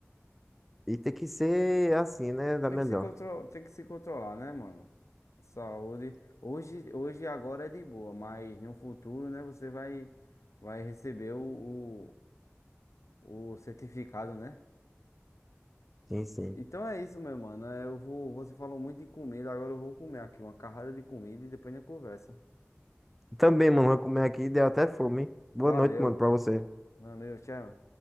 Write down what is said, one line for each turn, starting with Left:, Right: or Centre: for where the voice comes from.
Centre: e tem que ser assim, né? Da
Left: Tem
Centre: melhor.
Left: que se controlar, tem que se controlar, né, mano? A Saúde. Hoje, hoje e agora é de boa, mas no futuro, né, você vai, vai receber o, o, o certificado, né?
Centre: Sim, sim.
Left: Então é isso, meu mano. É, Eu vou, você falou muito de comida, agora eu vou comer aqui uma carrada de comida e depois a gente conversa.
Centre: Também, mano, vou comer aqui, deu até fome. hein? Boa
Left: Valeu.
Centre: noite, mano, pra você.
Left: Valeu, tchau.